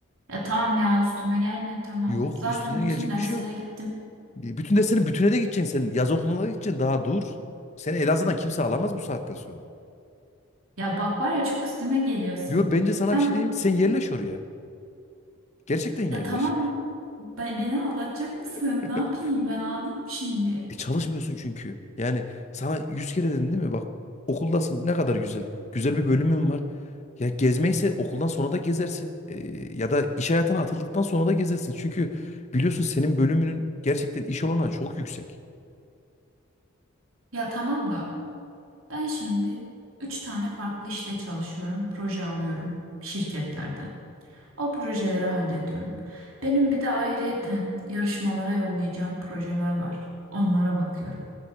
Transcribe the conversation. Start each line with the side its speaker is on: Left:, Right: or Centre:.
Right: Ya tamam ya üstüme gelme tamam.
Left: Yok
Right: Zaten
Left: üstüne
Right: bütün
Left: gelecek
Right: derslere
Left: bir şey yok.
Right: gittim.
Left: E, Bütün derslerin bütüne de gideceksin sen. Yaz okuluna da gideceksin. Daha dur. Seni Elazığ'dan kimse alamaz bu saatten sonra.
Right: Ya bak var ya çok üstüme geliyorsun.
Left: Yo bence sana
Right: Ben,
Left: bir şey diyeyim. Sen yerleş oraya. Gerçekten yerleş.
Right: ya tamam be- beni ağlatacak mısın?
Left: <laughs>
Right: Ne yapayım ben ağlayayım mı şimdi?
Left: E çalışmıyorsun çünkü. Yani sana yüz kere dedin değil mi? Bak okuldasın ne kadar güzel. Güzel bir bölümün var. Ya gezmeyse okuldan sonra da gezersin. E, ya da iş hayatına atıldıktan sonra da gezersin. Çünkü biliyorsun senin bölümünün gerçekten iş olanağı çok yüksek.
Right: Ya tamam da Ben şimdi üç tane farklı işte çalışıyorum, proje alıyorum şirketlerden. O projeleri hallediyorum. Benim bir de ayrıyeten yarışmalara yollayacağım projeler var. Onlara bakıyorum.